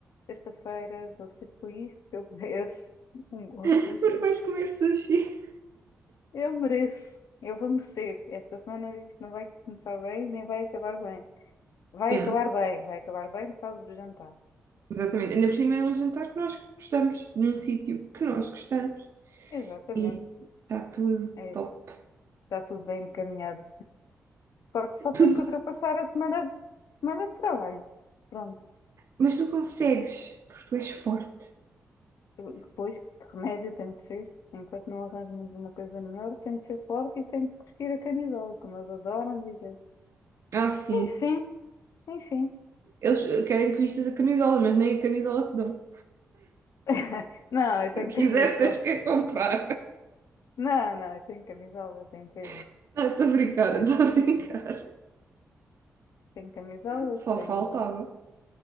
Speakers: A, on the left; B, on the right.
A: sexta-feira, vou ser feliz, porque eu <laughs> mereço um bom
B: <laughs>
A: sushi.
B: Porque vais comer sushi.
A: Eu mereço. Eu vou merecer. Esta semana isto não vai começar bem, nem vai acabar bem. Vai
B: Yeah.
A: acabar bem, vai acabar bem por causa do jantar.
B: Exatamente. Ainda por cima é um jantar que nós gostamos, num sítio que nós gostamos.
A: Exatamente.
B: E está tudo
A: É,
B: top.
A: está tudo bem encaminhado. Só, só tenho
B: Tudo.
A: que ultrapassar a semana, semana de trabalho. Pronto.
B: Mas tu consegues, porque tu és forte.
A: Depois, que remédio tem de ser. Enquanto não arranjo muito uma coisa melhor, tem de ser forte e tem que vestir a camisola, como eles adoram dizer.
B: Ah, sim.
A: Enfim, enfim.
B: Eles querem que vistas a camisola, mas nem a camisola te dão.
A: <laughs> Não, eu tenho
B: Se
A: camisola.
B: quiseres, tens que a comprar.
A: Não, não, eu tenho camisolas da empresa.
B: <laughs> Não, estou a brincar,
A: <laughs>
B: estou a brincar.
A: Tenho camisolas,
B: Só
A: tenho,
B: faltava.